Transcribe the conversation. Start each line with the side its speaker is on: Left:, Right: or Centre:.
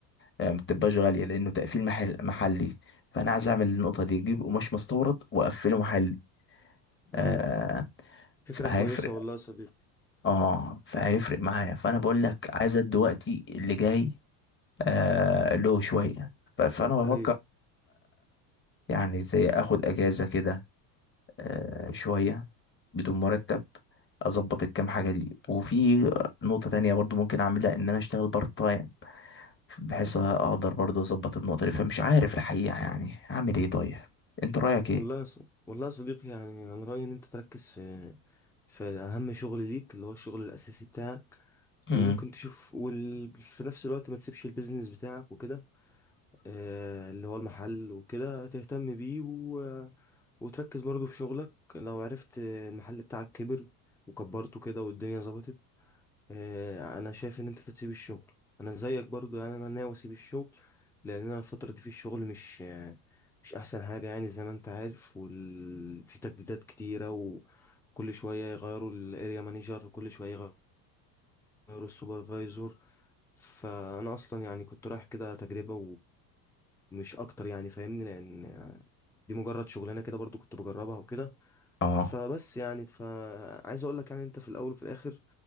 Left: آه، ما بتبقاش غالية لأنه تقفيل محل محلي فأنا عايز أعمل النقطة دي أجيب قماش مستورد وأقفله محلي
Centre: ايوه
Left: آه
Centre: فكرة
Left: فهيفرق
Centre: كويسة والله يا صديقي
Left: اه فهيفرق معايا فأنا بقول لك عايز أدي وقتي اللي جاي آه له شوية ف- فأنا بفكر
Centre: ايوه
Left: يعني زي أخد أجازة كده آه شوية بدون مرتب أظبط الكام حاجة دي وفي نقطة تانية برضو ممكن أعملها إن أنا أشتغل بارت تايم بحيث اقدر برضه اظبط النقطه دي فمش عارف الحقيقه يعني اعمل ايه طيب انت رايك ايه
Centre: والله يا ص... والله يا صديقي يعني انا رأيي ان انت تركز في في اهم شغل ليك اللي هو الشغل الاساسي بتاعك
Left: امم
Centre: وممكن تشوف وال... في نفس الوقت ما تسيبش البيزنس بتاعك وكده آه اللي هو المحل وكده تهتم بيه و... وتركز برضو في شغلك لو عرفت المحل بتاعك كبر وكبرته كده والدنيا ظبطت آه، انا شايف ان انت تسيب الشغل انا زيك برضو يعني انا ناوي اسيب الشغل لان انا الفتره دي في الشغل مش آه، مش احسن حاجه يعني زي ما انت عارف وال... في تجديدات كتيره وكل شويه يغيروا الاريا مانجر وكل شويه يغيروا السوبرفايزور فانا اصلا يعني كنت رايح كده تجربه ومش اكتر يعني فاهمني لان آه، دي مجرد شغلانه كده برضو كنت بجربها وكده
Left: اه
Centre: فبس يعني فعايز اقول لك يعني انت في الاول وفي الاخر